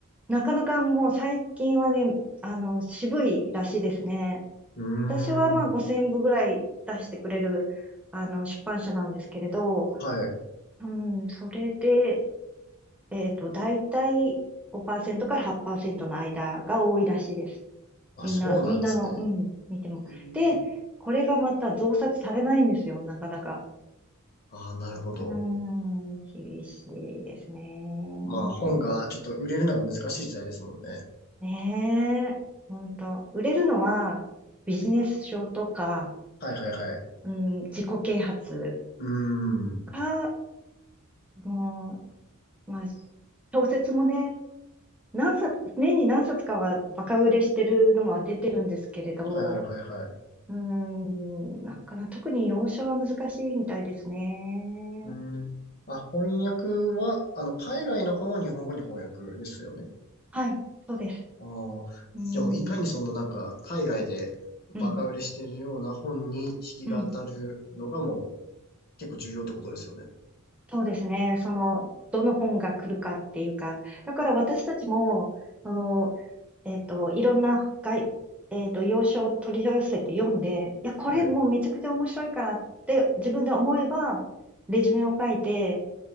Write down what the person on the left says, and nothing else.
うー
ん。
はい。
あ、
そうなんですね。
うーん。
あー、なるほど。
まあ本がちょっと売れるのが難しい時代ですもんね。
はいはいはい。
うーん。
はいはいはいはい。
うーん。あ、翻訳は、あの、海外の本を日本語に翻訳ですよね。
ああ。
じゃあもういかにそのなんか、
海外でバカ売れしてるような本に引きが当たるのがもう
結構重要ってことですよね。
はい。